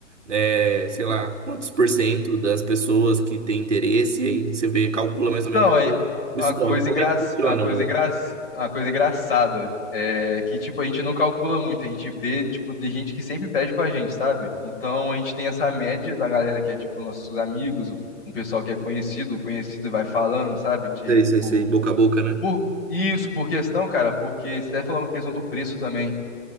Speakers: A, on the right; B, on the left.
A: é, sei lá, quantos por cento das pessoas que tem interesse, aí você vê, calcula
B: Então,
A: mais ou menos
B: é
A: o o
B: uma
A: estoque.
B: coisa
A: Como
B: engra...
A: é que funciona,
B: uma coisa
A: mano?
B: engra... uma coisa engraçada é que tipo a gente não calcula muito, a gente vê tipo de gente que sempre pede com a gente, sabe? Então a gente tem essa média da galera que é tipo nossos amigos, um pessoal que é conhecido, o conhecido vai falando, sabe? Tipo,
A: Sei, sei, sei, boca a boca, né?
B: por isso, por questão, cara, porque você tá falando questão do preço também